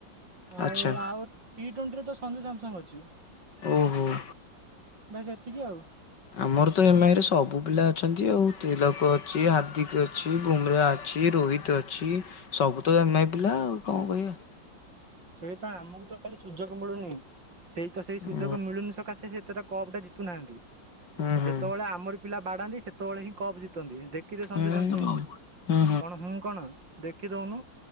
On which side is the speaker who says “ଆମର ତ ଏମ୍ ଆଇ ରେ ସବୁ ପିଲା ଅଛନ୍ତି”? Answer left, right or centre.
Left